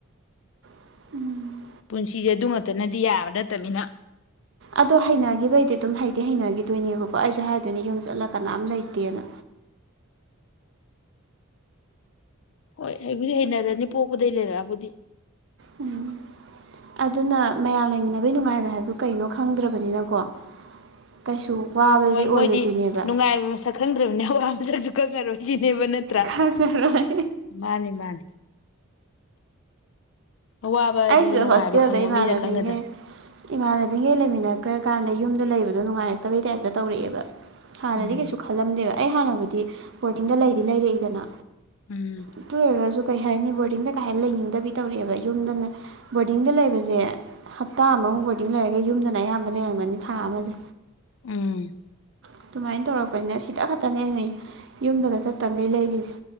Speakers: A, on the right (about 55°); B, on the left (about 60°).
A: ꯎꯝ
B: ꯄꯨꯟꯁꯤꯁꯦ ꯑꯗꯨꯃꯛꯇꯅꯗꯤ ꯌꯥꯕ ꯅꯠꯇꯅꯤꯅ
A: ꯑꯗꯣ ꯍꯩꯅꯒꯤꯕꯩꯗꯤ ꯑꯗꯨꯝ ꯍꯩꯗꯤ ꯍꯩꯅꯈꯤꯗꯣꯏꯅꯦꯕꯀꯣ ꯑꯩꯁꯨ ꯍꯥꯏꯗꯣꯏꯅꯦ ꯌꯨꯝ ꯆꯠꯂ ꯀꯅꯥꯝ ꯂꯩꯇꯦꯅ
B: ꯍꯣꯏ ꯍꯩꯕꯨꯗꯤ ꯍꯩꯅꯔꯅꯤ ꯄꯣꯛꯄꯗꯩ ꯂꯩꯔꯛꯑꯕꯨꯗꯤ
A: ꯎꯝ ꯑꯗꯨꯅ ꯃꯌꯥꯝ ꯂꯩꯃꯤꯟꯅ ꯈꯅꯕꯩ ꯅꯨꯡꯉꯥꯏꯕ ꯍꯥꯏꯕꯗꯨ ꯀꯩꯅꯣ ꯈꯪꯗ꯭ꯔꯕꯅꯤꯅꯀꯣ ꯀꯩꯁꯨ ꯋꯥꯕꯗꯤ
B: ꯍꯣꯏ
A: ꯑꯣꯏꯔꯣꯏꯗꯣꯏꯅꯦꯕ
B: ꯃꯣꯏꯗꯤ ꯅꯨꯡꯉꯥꯏꯕ ꯃꯁꯛ ꯈꯪꯗ꯭ꯔꯕꯅꯤ ꯑ ꯑꯗꯨ ꯖꯛ ꯈꯪꯉꯔꯣꯏ ꯁꯤꯖꯤꯅꯦꯕ ꯅꯠꯇ꯭ꯔꯥ
A: ꯈꯪꯉꯔꯣꯏ
B: ꯃꯥꯅꯤ ꯃꯥꯅꯤ ꯑꯋꯥꯕ ꯑꯁꯤꯗꯤ
A: ꯑꯩꯁꯤꯗ
B: ꯅꯨꯡꯉꯥꯏꯕ
A: ꯍꯣꯁꯇꯦꯜꯗ
B: ꯈꯪꯕ
A: ꯏꯃꯥꯟꯅꯕꯤꯈꯩ
B: ꯃꯤꯅ ꯈꯪꯒꯗꯕ
A: ꯏꯃꯥꯟꯅꯕꯤꯈꯩ ꯂꯩꯃꯤꯟꯅꯈ꯭ꯔ ꯀꯥꯟꯗ ꯌꯨꯝꯗ ꯂꯩꯕꯗꯣ ꯅꯨꯡꯉꯥꯏꯔꯛꯇꯕꯩ ꯇꯥꯏꯞꯇ ꯇꯧꯔꯛꯑꯦꯕ ꯍꯥꯟꯅꯗꯤ
B: ꯎꯝ
A: ꯀꯩꯁꯨ ꯈꯜꯂꯝꯗꯦꯕ ꯑꯩ ꯍꯥꯟꯅꯕꯨꯗꯤ ꯕꯣꯔꯗꯤꯡꯒ ꯂꯩꯗꯤ ꯂꯩꯔꯛꯏꯗꯅ
B: ꯎꯝ
A: ꯑꯗꯨ ꯑꯣꯏꯔꯒꯁꯨ ꯀꯩ ꯍꯥꯏꯅꯤ ꯕꯣꯔꯗꯤꯡꯗ ꯀꯩ ꯍꯥꯏꯅ ꯂꯩꯅꯤꯡꯗꯕꯤ ꯇꯧꯔꯛꯦꯕ ꯌꯨꯝꯗꯅ ꯕꯣꯔꯗꯤꯡꯗ ꯂꯩꯕꯁꯦ ꯍꯞꯇꯥ ꯑꯃꯃꯨꯛ ꯕꯣꯔꯗꯤꯡ ꯂꯩꯔꯒ ꯌꯨꯝꯗꯅ ꯑꯌꯥꯝꯕ ꯂꯩꯔꯝꯒꯅꯤ ꯊꯥ ꯑꯃꯁꯦ
B: ꯎꯝ
A: ꯑꯗꯨꯃꯥꯏꯅ ꯇꯧꯔꯛꯄꯅꯤꯅ ꯁꯤꯇ ꯈꯛꯇꯅꯦꯅꯦ ꯌꯨꯝꯗꯒ ꯆꯠꯇꯈꯩ ꯂꯩꯔꯤꯁꯦ